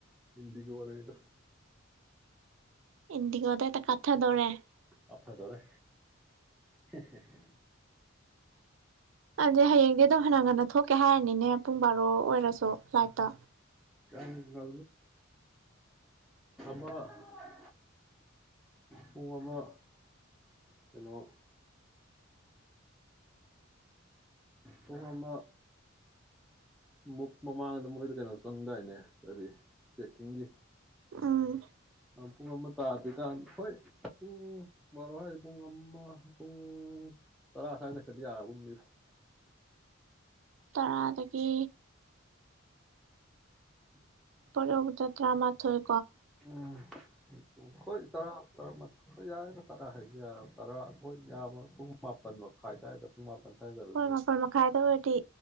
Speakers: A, in the centre; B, on the right.
A: ꯍꯤꯟꯗꯤꯤ ꯐꯅꯩꯅ
B: ꯏꯟꯗꯤ ꯑꯗꯇ ꯀꯊꯗꯧꯔꯦ
A: ꯑꯅ ꯇꯧꯔꯦ <inaudible>
B: ꯑꯗꯨ ꯍꯌꯦꯡꯗꯤ ꯑꯗꯨꯝ ꯍꯟꯅ ꯉꯟꯅ ꯊꯣꯛꯀꯦ ꯍꯥꯏꯔꯅꯤꯅꯦ ꯄꯨꯡ ꯕꯥꯔꯣ ꯑꯣꯏꯔꯁꯨ ꯐ꯭ꯂꯥꯏꯠꯇ
A: ꯀ ꯅ ꯄ ꯑꯃ ꯄꯨꯡꯉꯃ ꯀꯩꯅꯣ ꯄꯨꯡꯉꯃ ꯃꯨꯛ ꯃꯃꯥꯡꯗ ꯃꯣꯏꯗ ꯀꯩꯅꯣ ꯆꯪꯗꯥꯏꯅꯦ ꯀꯔꯤ ꯆꯦꯛꯀꯤꯡꯒꯤ
B: ꯎꯝ
A: ꯑ ꯄꯨꯡ ꯃ ꯇꯥꯗ꯭ꯔꯤꯀꯥꯟ ꯍꯣꯏ ꯄꯨꯡ ꯕꯥꯔꯣ ꯍꯥꯏꯁꯤ ꯄꯨꯡ ꯑꯃ ꯄꯨꯡ ꯇꯔꯥ ꯁ꯭ꯋꯥꯏꯗ ꯆꯠꯈ꯭ꯔꯗꯤ ꯌꯥꯒꯨꯝꯅꯤ
B: ꯇꯔꯥꯗꯒꯤ
A: ꯎꯝ
B: ꯔ ꯑꯣ ꯇ ꯇ꯭ꯔꯥ ꯃꯥꯊꯣꯏ
A: ꯎꯝ ꯍ ꯎ ꯍꯣꯏ ꯇꯔꯥ ꯇꯔꯥ ꯑꯩꯈꯣꯏ ꯌꯥꯗ ꯇꯔꯥ ꯍꯥꯏꯁꯤ ꯌꯥꯔꯕ ꯇꯔꯥ ꯑꯩꯈꯣꯏ ꯌꯥꯝꯕ ꯄꯨꯡ ꯃꯥꯄꯟ ꯃꯈꯥꯏ ꯁ꯭ꯋꯥꯏꯗ ꯄꯨꯡ ꯃꯥꯄꯟ ꯁ꯭ꯋꯥꯏꯗ ꯆꯠꯂꯁꯨ
B: ꯍꯣꯏ
A: ꯌꯥꯏ
B: ꯃꯥꯄꯜ ꯃꯈꯥꯏꯗ ꯑꯣꯏꯔꯗꯤ